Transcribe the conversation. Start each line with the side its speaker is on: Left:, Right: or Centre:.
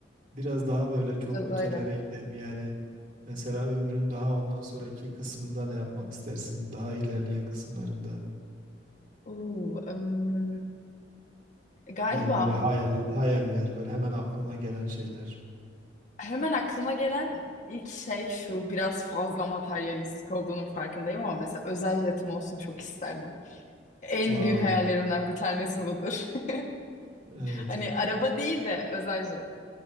Right: Biraz daha böyle çok
Left: <laughs> Biraz
Right: ötelere
Left: öyle.
Right: gidelim. Yani mesela ömrün daha ondan sonraki kısmında ne yapmak istersin? Daha ilerleyen kısımlarında.
Left: Oo, ım, galiba
Right: Yani böyle hayal hayaller, böyle hemen aklına gelen şeyler.
Left: hemen aklıma gelen ilk şey şu biraz fazla materyalistik olduğunun farkındayım ama mesela özel jetim olsun çok isterdim. En
Right: Vay.
Left: büyük hayallerimden bir tanesi budur. <laughs>
Right: Evet.
Left: Hani araba değil de özel jet.